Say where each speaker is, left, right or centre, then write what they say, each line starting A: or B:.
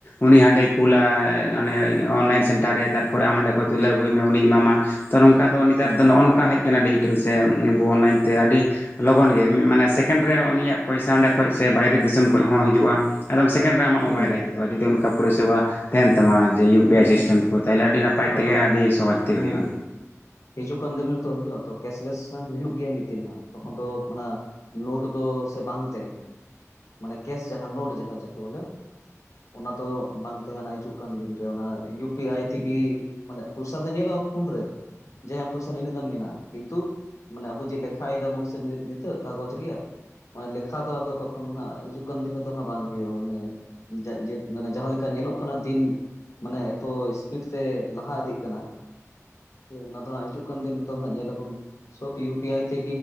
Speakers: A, on the left (about 40°); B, on the left (about 65°).
A: ᱩᱱᱤ ᱦᱟᱸᱰᱮ ᱠᱩᱞᱟ ᱚᱱᱮ ᱚᱱᱞᱟᱭᱤᱱ ᱥᱮᱱᱴᱟᱨ ᱨᱮ ᱛᱟᱨᱯᱚᱨᱮ ᱟᱢ ᱚᱸᱰᱮ ᱠᱷᱚᱱᱚᱡ ᱛᱩᱞᱟᱹᱣ ᱟᱹᱜᱩᱭ ᱢᱮ ᱩᱱᱤᱤᱭ ᱮᱢᱟᱢᱟ ᱛᱚ ᱱᱚᱝᱠᱟ ᱫᱚ ᱱᱮᱛᱟᱨ
B: ᱦᱩᱸ
A: ᱫᱚ ᱱᱚᱜᱼᱚ ᱱᱚᱝᱠᱟ ᱱᱚᱠᱟ ᱦᱮᱡ ᱟᱠᱟᱱᱟ ᱰᱤᱡᱤᱴᱮᱞ ᱥᱮ ᱟᱵᱚ ᱚᱱᱞᱟᱭᱤᱱ ᱛᱮ ᱟᱹᱰᱤ ᱞᱚᱜᱚᱱ ᱜᱮ ᱢᱟᱱᱮ ᱥᱮᱠᱮᱱᱰ ᱨᱮ ᱩᱱᱤᱭᱟᱜ ᱯᱚᱭᱥᱟ ᱚᱸᱰᱮ ᱠᱷᱚᱱ ᱥᱮ ᱵᱟᱭᱨᱮ ᱫᱤᱥᱚᱢ ᱠᱷᱚᱱ ᱦᱚᱸ ᱦᱤᱡᱩᱜᱼᱟ ᱟᱫᱚᱢ ᱥᱮᱠᱮᱱᱰ ᱨᱮ ᱟᱢᱟᱜ ᱢᱳᱟᱭ
B: ᱦᱩᱸ
A: ᱨᱮ ᱦᱮᱡ ᱜᱚᱫᱚᱜᱼᱟ ᱡᱩᱫᱤ ᱚᱱᱠᱟ ᱯᱚᱨᱤᱥᱮᱵᱟ ᱛᱟᱦᱮᱱ ᱛᱟᱢᱟ ᱡᱮ ᱤᱭᱩ
B: ᱦᱩᱸ
A: ᱯᱤ ᱟᱭ
B: ᱦᱩᱸ
A: ᱥᱤᱥᱴᱮᱢ ᱠᱚ ᱛᱟᱦᱚᱞᱮ ᱟᱹᱰᱤ ᱱᱟᱯᱟᱭ
B: ᱟᱫᱚ
A: ᱛᱮᱜᱮ ᱟᱹᱰᱤ ᱥᱚᱦᱚᱡᱽ ᱛᱮᱜᱮ
B: ᱦᱩᱸ
A: ᱦᱩᱭᱩᱜᱼᱟ
B: ᱦᱤᱡᱩᱜ ᱠᱟᱱ ᱫᱤᱱ ᱨᱮᱛᱚ ᱦᱩᱭᱩᱜᱼᱟ ᱛᱚ ᱠᱮᱥᱞᱮᱥ ᱦ ᱦᱩᱭᱩᱜᱭᱳ ᱜᱮᱭᱟ ᱢᱤᱫ ᱫᱤᱱ ᱛᱚᱠᱷᱚᱱ ᱫᱚ ᱚᱱᱟ ᱱᱳᱴ ᱫᱚ ᱥᱮ ᱵᱟᱝ ᱛᱟᱦᱮᱱᱟ ᱢᱟᱱᱮ ᱠᱮᱥ ᱡᱟᱦᱟᱸ ᱱᱳᱴ ᱡᱟᱦᱟᱸ ᱡᱟ ᱵᱚᱞᱮ ᱚᱱᱟ ᱫᱚ ᱵᱟᱝ ᱛᱟᱦᱮᱸᱱᱟ ᱦᱤᱡᱩᱜ ᱠᱟᱱ ᱵᱤᱱ ᱚᱱᱟ ᱤᱭᱩ ᱯᱤ ᱟᱭ ᱛᱮᱜᱮ ᱢᱟᱱᱮ ᱯᱚᱭᱥᱟ ᱛ ᱧᱮᱞᱚᱜᱼᱟ ᱯᱷᱚᱱ ᱨᱮ ᱡᱟᱦᱟ ᱯᱚᱭᱥᱟ ᱱᱤᱱᱟᱹᱜ ᱜᱟᱱ ᱢᱮᱱᱟᱜᱼᱟ ᱠᱤᱱᱛᱩ ᱢᱟᱱᱮ ᱟᱵᱩ ᱡᱮ ᱞᱮᱠᱷᱟ ᱫᱟᱵᱚᱱ ᱥᱮ ᱱᱤᱛ ᱠᱟᱜᱡᱽ ᱨᱮᱭᱟᱜ ᱢᱮ ᱞᱮᱠᱷᱟ ᱫᱚ ᱟ ᱛᱚᱠᱷᱚᱱ ᱦ ᱦᱤᱡᱩᱜ ᱠᱟᱱ ᱛᱤᱱ ᱫᱚ ᱦᱟᱸᱜ ᱵᱟᱝ ᱦ ᱦᱩᱭᱩᱜᱼᱟ ᱢᱟᱱᱮ ᱡᱮ ᱢᱟᱱᱮ ᱡᱟᱦᱟᱸᱮᱠᱟ ᱧᱮᱞᱚᱜ ᱠᱟᱱᱟ ᱫᱤᱱ ᱢᱟᱱᱮ ᱮᱛᱚ ᱤᱥᱯᱤᱰ ᱛᱮ ᱞᱟᱦᱟ ᱤᱫᱤᱜ ᱠᱟᱱᱟ ᱮ ᱚᱱᱟ ᱫᱚ ᱦᱜ ᱦᱤᱡᱩᱜ ᱠᱟᱱ ᱫᱤᱱ ᱨᱮᱫᱚ ᱦᱟᱹ ᱧᱮᱞ ᱟᱵᱚᱱ ᱥᱚᱵ ᱤᱭᱩ ᱯᱤ ᱟᱭ ᱛᱮ